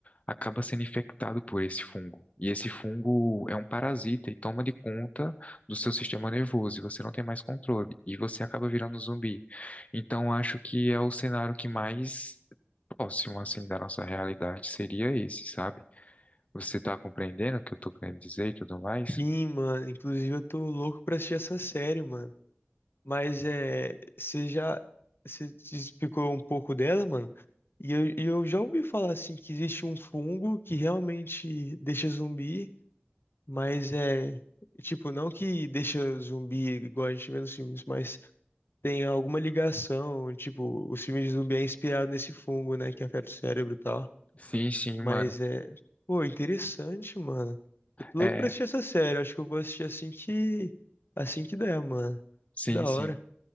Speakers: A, on the left; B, on the left.
A: acaba sendo infectado por esse fungo. E esse fungo é um parasita e toma de conta do seu sistema nervoso e você não tem mais controle e você acaba virando um zumbi. Então acho que é o cenário que mais próximo assim da nossa realidade seria esse, sabe? Você tá compreendendo o que eu tô querendo dizer e tudo mais?
B: Sim, mano. Inclusive, eu tô louco pra assistir essa série, mano. Mas é. Você já. Você te explicou um pouco dela, mano? E eu, e eu já ouvi falar assim que existe um fungo que realmente deixa zumbi Mas é, tipo, não que deixa zumbi igual a gente vê nos filmes, mas tem alguma ligação, tipo, os filmes de zumbi é inspirado nesse fungo, né, que afeta o cérebro e tal.
A: Sim, sim,
B: Mas
A: mano.
B: é, pô, interessante, mano. Eu tô
A: É,
B: louco pra assistir essa série, acho que eu vou assistir assim que, assim que der, mano.
A: sim,
B: Da
A: sim.
B: hora.